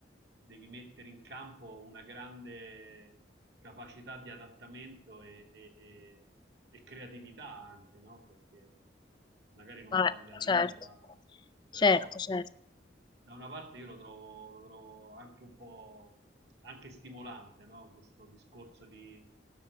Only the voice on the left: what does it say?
Vabbè,
certo,
certo, certo.